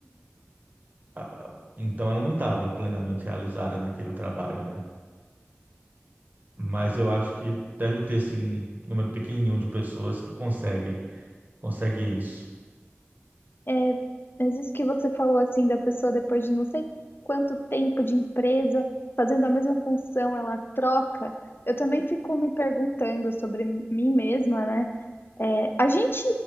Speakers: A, on the right; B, on the left.
A: A- a- Então ela não estava plenamente realizada naquele trabalho, né? Mas eu acho que deve ter, sim, um número pequenininho de pessoas que consegue, consegue isso.
B: É, mas isso que você falou assim da pessoa depois de não sei quanto tempo de empresa fazendo a mesma função, ela troca. Eu também fico me perguntando sobre mim mesma, né? É, a gente